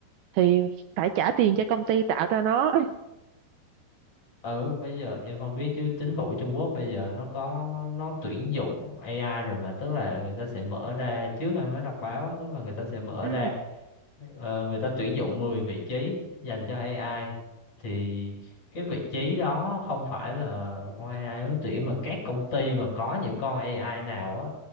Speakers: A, on the right; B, on the left.
A: thì phải trả tiền cho công ty tạo ra nó.
B: ừ bây giờ em không biết chứ chính phủ Trung Quốc bây giờ nó có nó tuyển dụng AI rồi mà tức là người ta sẽ mở ra trước anh mới đọc báo á, tức là người ta sẽ mở
A: Ừ,
B: ra Ờ, người ta tuyển dụng 10 vị trí dành cho AI thì cái vị trí đó không phải là con AI ứng tuyển mà các công ty mà có những con AI nào á